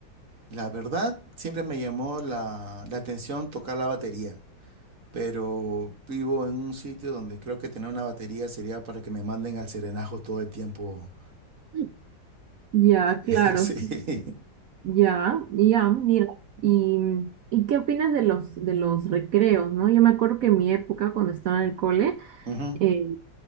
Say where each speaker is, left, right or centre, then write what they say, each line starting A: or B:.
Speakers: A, on the right; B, on the right.
A: La verdad, siempre me llamó la, la atención tocar la batería, pero vivo en un sitio donde creo que tener una batería sería para que me manden al serenajo todo el tiempo.
B: <laughs> Ya, claro,
A: <laughs> Sí.
B: ya, ya, mira, y, ¿y qué opinas de los, de los recreos, no? Yo me acuerdo que en mi época, cuando estaba en el cole,
A: Ujú.
B: eh,